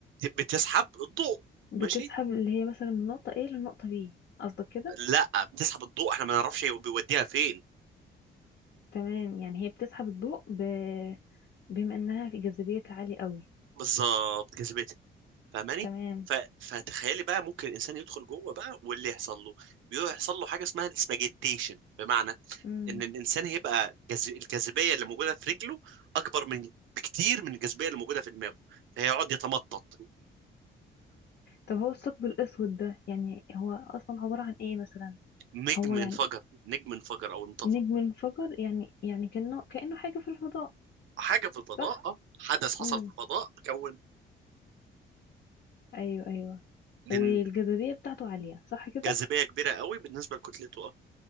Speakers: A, on the right (about 75°); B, on the left (about 55°).
A: بتسحب الضوء
B: بتسحب
A: ماشي
B: اللي هي مثلا من نقطة A لنقطة B قصدك كده
A: لا بتسحب الضوء احنا ما نعرفش هو بيوديها فين
B: تمام يعني هي بتسحب الضوء ب... بما انها في جاذبيتها عالية قوي
A: بالظبط جاذبيتها فاهماني
B: تمام
A: ف... فتخيلي بقى ممكن الانسان يدخل جوه بقى واللي يحصل له بيحصل له حاجه اسمها السباجيتيشن بمعنى
B: امم
A: ان الانسان هيبقى جز... الجاذبيه اللي موجوده في رجله اكبر من بكتير من الجاذبيه اللي موجوده في دماغه فهيقعد يتمطط
B: طب هو الثقب الاسود ده يعني هو اصلا عبارة عن ايه مثلا
A: نجم
B: هو يعني
A: انفجر نجم انفجر او انطفى
B: نجم انفجر يعني يعني كأنه كأنه حاجة في الفضاء
A: حاجه في الفضاء
B: صح
A: اه حدث حصل
B: امم
A: في الفضاء كون
B: ايوه ايوه
A: لأن
B: والجاذبية بتاعته عالية صح كده
A: جاذبيه كبيره قوي بالنسبه لكتلته